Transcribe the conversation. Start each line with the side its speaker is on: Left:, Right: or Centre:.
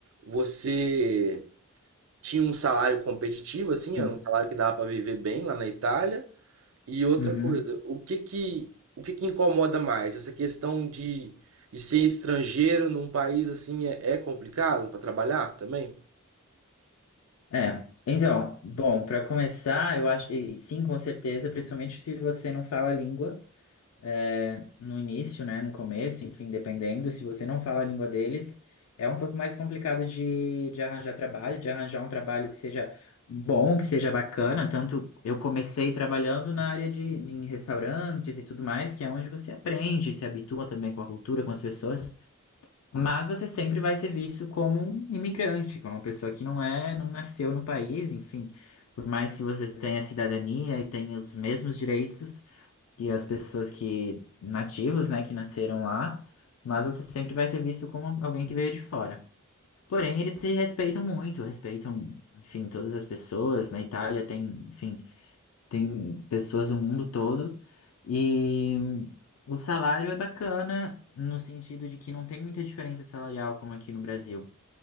Right: Você tinha um salário competitivo, assim,
Left: Hum.
Right: era um salário que dava para viver bem lá na Itália? E outra
Left: Uhum.
Right: coisa, o que que, o que que incomoda mais? Essa questão de, de ser estrangeiro num país assim é, é complicado para trabalhar também?
Left: É. Então, bom, para começar, eu acho, e sim, com certeza, principalmente se você não fala a língua, é, no início, né, no começo, enfim, dependendo, se você não fala a língua deles, é um pouco mais complicado de, de arranjar trabalho, de arranjar um trabalho que seja bom, que seja bacana. Tanto eu comecei trabalhando na área de em restaurantes e tudo mais, que é onde você aprende, se habitua também com a cultura, com as pessoas, mas você sempre vai ser visto como um imigrante, como uma pessoa que não é, não nasceu no país, enfim. Por mais que você tenha cidadania e tenha os mesmos direitos, que as pessoas que nativos, né, que nasceram lá, mas você sempre vai ser visto como alguém que veio de fora. Porém, eles se respeitam muito, respeitam, enfim, todas as pessoas. Na Itália tem, enfim, tem pessoas do mundo todo e o salário é bacana no sentido de que não tem muita diferença salarial como aqui no Brasil.